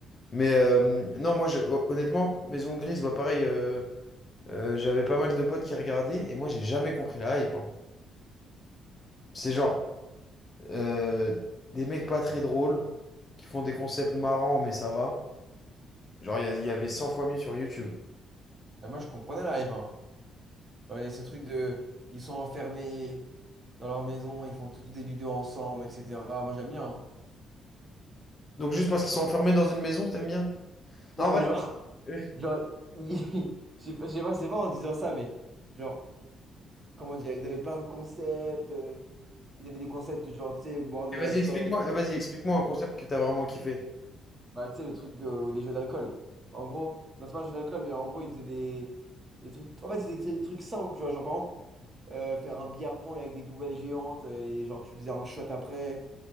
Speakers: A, on the left; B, on the right.
A: Mais euh, non, moi, je- hon- honnêtement, Maison Grise, bah, pareil, euh, euh, j'avais pas mal de potes qui regardaient et moi, j'ai jamais compris la hype. hein. C'est genre euh, des mecs pas très drôles qui font des concepts marrants, mais ça va. Genre, il y, a- il y avait 100 fois mieux sur YouTube.
B: Mais moi, je comprenais la hype. hein. Genre, il y a ce truc de. Ils sont enfermés dans leur maison, ils font tous des vidéos ensemble, etc. Moi, j'aime bien. hein.
A: Donc, juste parce qu'ils sont enfermés dans une maison, t'aimes bien?
B: Non,
A: Non, en vrai,
B: mais genre, <laughs>
A: euh,
B: genre, ils- <laughs> je sais pas, je sais pas, c'est pas en disant ça, mais genre, comment dire, ils avaient plein de concepts, euh, ils avaient des concepts genre, tu sais, boire de l'alcool,
A: vas-y, explique-moi, euh, vas-y, explique-moi un concept que t'as vraiment kiffé.
B: bah, tu sais, le truc euh, ou des jeux d'alcool. En gros, non, c'est pas un jeu d'alcool, mais en gros, ils faisaient des, des trucs, en fait, c'était des trucs simples, tu vois, genre, par exemple, euh, faire un billard pong avec des poubelles géantes, euh, et genre, tu faisais un shot après,